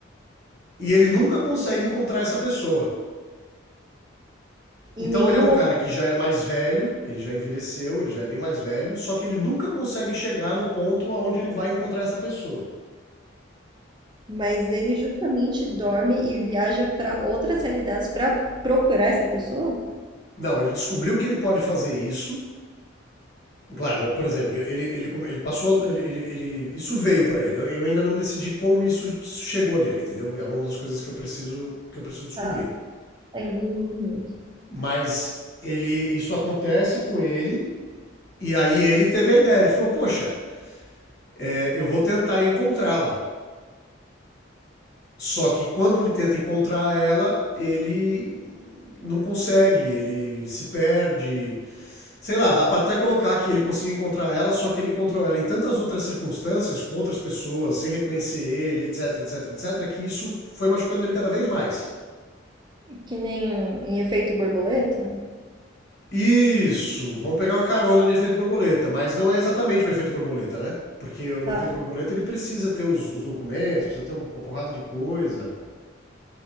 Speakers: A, on the left (about 55°); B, on the right (about 25°).
A: E ele nunca consegue encontrar essa pessoa. Então
B: em nenhuma,
A: ele é um cara que já é mais velho, ele já envelheceu, ele já é bem mais velho, só que ele nunca consegue chegar no ponto aonde ele vai encontrar essa pessoa.
B: mas ele justamente dorme e viaja para outras realidades para procurar essa pessoa?
A: Não, ele descobriu que ele pode fazer isso, Claro, né? por exemplo, ele, ele, ele passou. Ele, ele, ele- isso veio para ele. Eu, eu ainda não decidi como isso chegou nele, entendeu? É uma das coisas que eu preciso, que eu preciso descobrir.
B: Tá, tá em desenvolvimento.
A: Mas ele, isso acontece com ele, e aí ele teve a ideia. Ele falou: Poxa, é, eu vou tentar encontrá-la. Só que quando ele tenta encontrar ela, ele não consegue, ele se perde, Sei lá, dá pra até colocar que ele conseguiu encontrar ela, só que ele encontrou ela em tantas outras circunstâncias, com outras pessoas, sem reconhecer ele, etc, etc, etc, que isso foi machucando ele cada vez mais.
B: Que nem em efeito borboleta?
A: Isso, vamos pegar uma carona de efeito borboleta, mas não é exatamente o efeito borboleta, né? Porque no
B: Tá.
A: efeito borboleta ele precisa ter os, os documentos, precisa ter um, uma porrada de coisa.